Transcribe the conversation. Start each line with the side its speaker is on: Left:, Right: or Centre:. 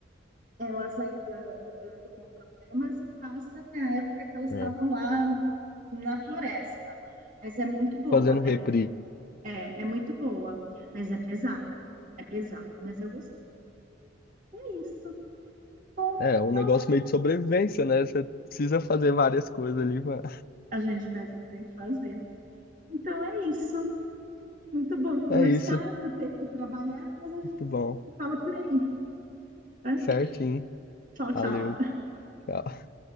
Right: elas ainda lidando com problemas e passa na época que elas
Left: É.
Right: estavam lá na floresta. Mas é muito boa,
Left: Fazendo reprise.
Right: é, é, é muito boa, mas é pesada, é pesada, mas eu gostei. É isso. Bom,
Left: É, um
Right: então
Left: negócio meio de sobrevivência, né? Você precisa fazer várias coisas ali, mano.
Right: a gente faz o que tem que fazer. Então é isso. Muito bom conversar,
Left: É isso.
Right: vou ter que trabalhar, mas a gente
Left: Muito bom.
Right: se fala por aí. Tá?
Left: Certinho.
Right: Tchau, tchau.
Left: Valeu. Tchau.